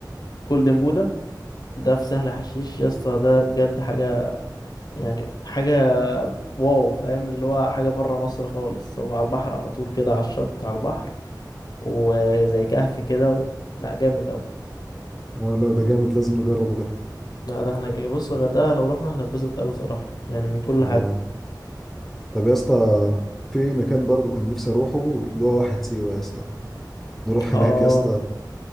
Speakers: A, on the left; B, in the centre.
A: جولدن بودا ده في سهل حشيش يا اسطى ده بجد حاجة يعني حاجة واو فاهم اللي هو حاجة برا مصر خالص هو على البحر على طول كده على الشط على البحر وزي كهف كده و... لا جامد قوي
B: اه لا ده جامد لازم نجربه ده
A: لا ده احنا بص الغردقة لو رحنا هنتبسط قوي صراحة يعني من كل
B: اه
A: حاجة
B: طب يا اسطى في مكان برضه كان نفسي اروحه اللي هو واحد سيوة يا اسطى نروح
A: اه
B: هناك يا اسطى